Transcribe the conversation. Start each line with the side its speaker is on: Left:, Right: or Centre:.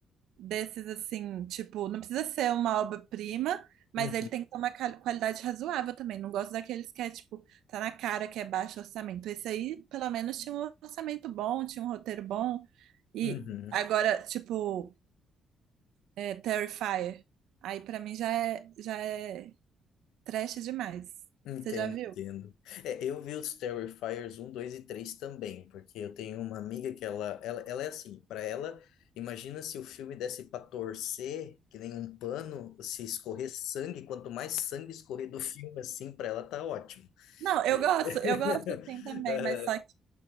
Right: desses assim, tipo, não precisa ser uma obra-prima, mas
Left: Uhum,
Right: ele tem que ter uma ca- qualidade razoável também. Não gosto daqueles que é, tipo, tá na cara que é baixo orçamento. Esse aí, pelo menos, tinha um orçamento bom, tinha um roteiro bom. E
Left: uhum.
Right: agora, tipo, é, Terrifier. Aí pra mim já é, já é trash demais.
Left: Entendo,
Right: Você já viu?
Left: entendo. É, eu vi os Terrifiers um, 2 e 3 também, porque eu tenho uma amiga que ela, ela, ela é assim, para ela, imagina se o filme desse para torcer, que nem um pano, se escorrer sangue, quanto mais sangue escorrer do filme assim, para ela tá ótimo.
Right: Não, eu
Left: E,
Right: gosto,
Left: <laughs>
Right: eu gosto sim também,
Left: Ah,
Right: mas só que